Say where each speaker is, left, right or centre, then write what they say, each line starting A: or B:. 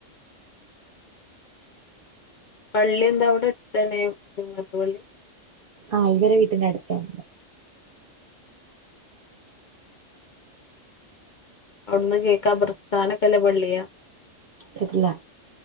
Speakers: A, on the left; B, on the right.
A: പള്ളിം ന്താ അവ്ടെ എട്ത്തന്നെ ജമാഅത്ത് പള്ളി?
B: ആഹ് ഇവരെ വീട്ടിന്റെട്ത്താണ്.
A: അവ്ട്‌ന്ന് കേക്കാ ബ്രസ്ഥാനൊക്കെ ള്ള പള്ളിയ.
B: കേട്ട്ല്ല